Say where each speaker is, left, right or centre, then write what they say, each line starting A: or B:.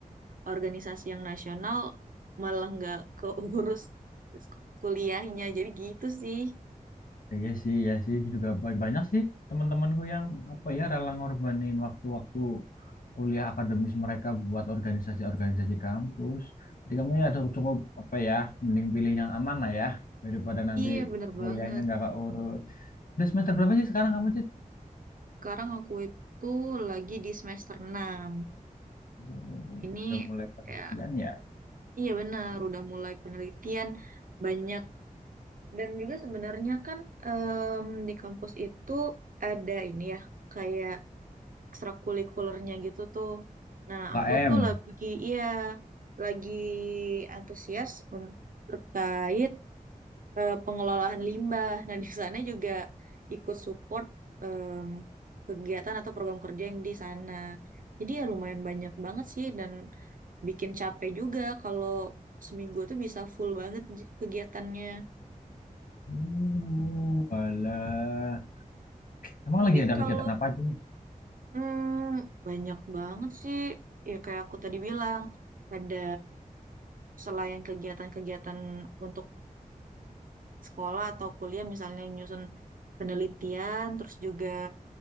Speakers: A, on the right (about 70°); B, on the left (about 70°).
A: organisasi yang nasional malah nggak keurus kuliahnya. Jadi gitu sih.
B: Iya sih, ya sih juga ba- banyak sih teman-temanku yang apa ya rela ngorbanin waktu-waktu kuliah akademis mereka buat organisasi-organisasi kampus. Jadi kamu ya cukup, cukup apa ya, mending pilih yang aman lah ya daripada nanti
A: Iya bener
B: kuliahnya
A: banget.
B: nggak keurus. Udah semester berapa sih sekarang kamu, Cit?
A: Sekarang aku itu lagi di semester enam
B: Oh,
A: Ini
B: udah mulai penelitian
A: ya,
B: ya.
A: Iya benar, udah mulai penelitian banyak dan juga sebenarnya kan em, di kampus itu ada ini ya kayak ekstrakurikulernya gitu tuh. Nah,
B: UKM.
A: aku tuh lagi iya lagi antusias un- terkait eh, pengelolaan limbah. Nah, di sana juga ikut support em, kegiatan atau program kerja yang di sana. Jadi ya lumayan banyak banget sih dan bikin capek juga kalau seminggu tuh bisa full banget j- kegiatannya.
B: Uh, alah. Emang
A: Tapi
B: lagi ada
A: kalau
B: kegiatan apa aja nih?
A: hmm, banyak banget sih, ya kayak aku tadi bilang, ada selain kegiatan-kegiatan untuk sekolah atau kuliah, misalnya nyusun penelitian, terus juga